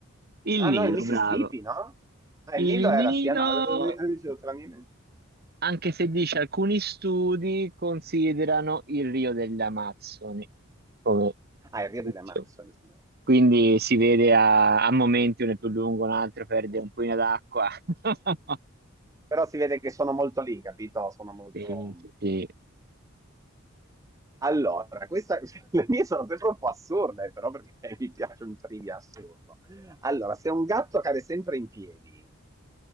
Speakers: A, on the right (about 45°); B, on the right (about 15°).
A: Il
B: Ah
A: Nilo,
B: no, il Mississippi,
A: bravo.
B: no? Ah, il
A: Il
B: Nilo era,
A: Nilo
B: sì, ah, no, eh, eh, eh, dicevo tra Nilo e-
A: anche se dice alcuni studi considerano il Rio delle Amazzoni come
B: Ah, il Rio
A: fischio.
B: delle Amazzoni. se non erro.
A: Quindi si vede a, a momenti uno è più lungo, un altro perde un po' d'acqua. <laughs>
B: Però si vede che sono molto lì, capito? Sono molto...
A: Sì, sì, sì.
B: Allora, questa, <laughs> le mie sono sempre un po' assurde, però perché <laughs> mi piace un trivia assurdo. Allora, se un gatto cade sempre in piedi